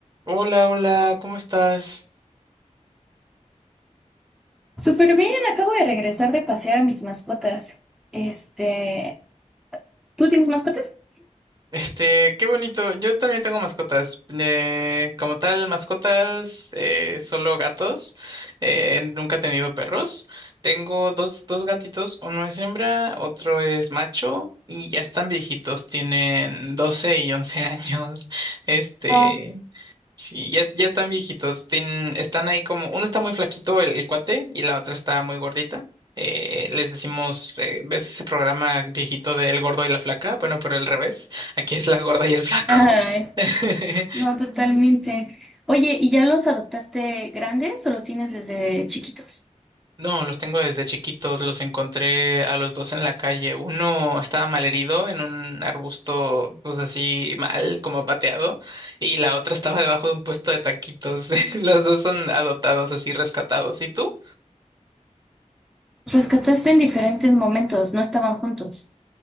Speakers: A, on the right; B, in the centre.
A: Hola, hola, ¿cómo estás?
B: Súper bien, acabo de regresar de pasear a mis mascotas. Este, ¿tú tienes mascotas?
A: Este, qué bonito. Yo también tengo mascotas. Eh, como tal, mascotas, eh, solo gatos. Eh, nunca he tenido perros. Tengo dos, dos gatitos. Uno es hembra, otro es macho y ya están viejitos. Tienen 12 y 11 años. <laughs> Este,
B: Ah.
A: Sí, ya, ya están viejitos. Tienen, están ahí como, uno está muy flaquito, el, el cuate, y la otra está muy gordita. Eh, les decimos, eh, ¿ves ese programa viejito de El gordo y la flaca? Bueno, pero al revés. Aquí es la gorda y el flaco.
B: Ay,
A: <laughs>
B: no, totalmente. Oye, ¿y ya los adoptaste grandes o los tienes desde chiquitos?
A: No, los tengo desde chiquitos. Los encontré a los dos en la calle. Uno estaba malherido en un arbusto, pues así mal, como pateado, y la otra estaba debajo de un puesto de taquitos. <laughs> Los dos son adoptados, así rescatados. ¿Y tú?
B: Los Rescataste en diferentes momentos, no estaban juntos.